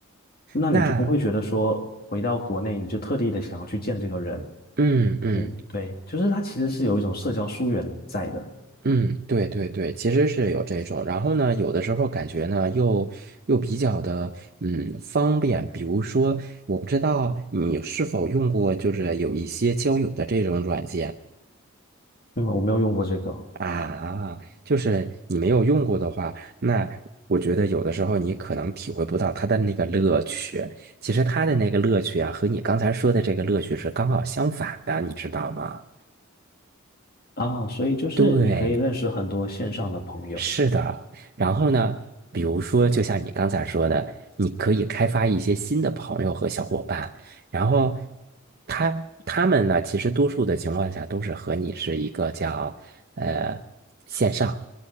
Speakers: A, on the left (about 45°); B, on the right (about 50°).
A: 那你就不会觉得说回到国内你就特地的想要去见这个人。
B: 那，嗯嗯。
A: 嗯，对，就是它其实是有一种社交疏远在的。
B: 嗯，对对对，其实是有这种，然后呢，有的时候感觉呢，又又比较的，嗯，方便。比如说，我不知道你是否用过，就是有一些交友的这种软件
A: 嗯，我没有用过这个
B: 啊，就是你没有用过的话，那我觉得有的时候你可能体会不到它的那个乐趣。其实它的那个乐趣啊，和你刚才说的这个乐趣是刚好相反的，你知道吗？
A: 啊，所以就是你可以认识很多线上的朋友，
B: 对。是的，然后呢，比如说，就像你刚才说的，你可以开发一些新的朋友和小伙伴，然后他他们呢，其实多数的情况下都是和你是一个叫呃线上，